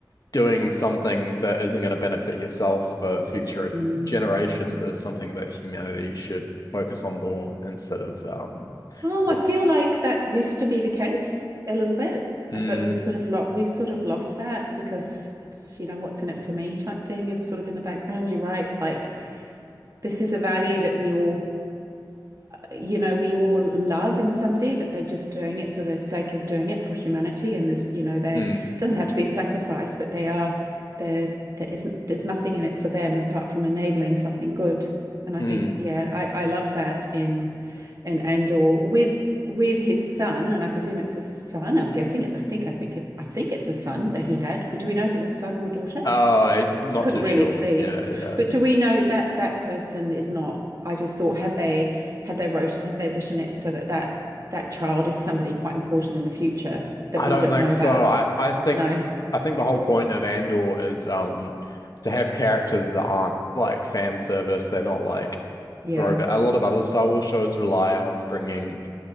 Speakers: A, on the left; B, on the right.
A: doing something that isn't going to benefit yourself for future
B: Mm.
A: generations is something that humanity should focus on more instead of um
B: Oh,
A: this.
B: I feel like that used to be the case a little bit,
A: Mm,
B: uh, but we've sort of lost we've sort of lost that because it's, you know, what's in it for me type thing is sort of in the background. You're right. Like this is a value that we all you know, we all love in somebody that they're just doing it for the sake of doing it for humanity. And there's, you know, they,
A: mm,
B: it doesn't have to be a sacrifice, but they are, there, there isn't, there's nothing in it for them apart from enabling something good. And I
A: mm.
B: think, yeah, I, I love that in, in Andor with, with his son, and I presume it's a son. I'm guessing it. I think, I think it, I think it's a son that he had. Do we know if it's a son or a daughter?
A: Oh, I not
B: Couldn't
A: too
B: really
A: sure.
B: see.
A: Yeah, yeah.
B: But do we know that that person is not? I just thought, have they have they wrote have they written it so that that that child is somebody quite important in the future that
A: I
B: we
A: don't
B: don't
A: think
B: know
A: so.
B: about? But
A: I, I think
B: no,
A: I think the whole point of Andor is um to have characters that aren't like fan service. They're not like
B: yeah,
A: throwback. A lot of other Star Wars shows rely on bringing